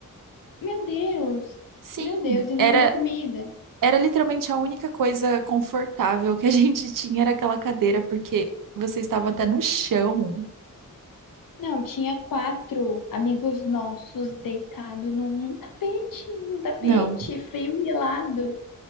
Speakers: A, on the left (about 80°); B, on the right (about 75°).
A: Meu Deus.
B: Sim,
A: Meu Deus, e não
B: era
A: levou comida.
B: Era literalmente a única coisa confortável que a <laughs> gente tinha era aquela cadeira, porque você estava até no chão.
A: Não, tinha quatro amigos nossos deitados num, num tapete, num tapete
B: Não.
A: frio e gelado.